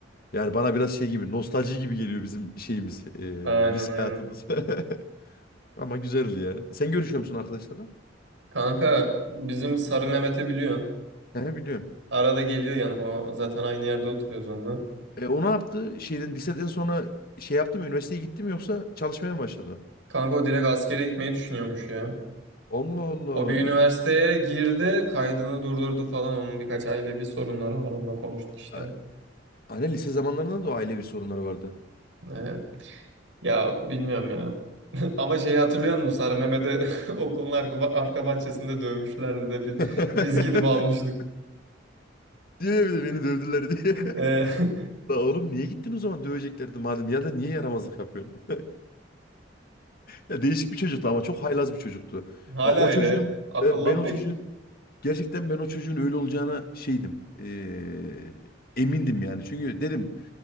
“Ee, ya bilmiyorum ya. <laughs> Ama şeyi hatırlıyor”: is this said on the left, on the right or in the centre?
Right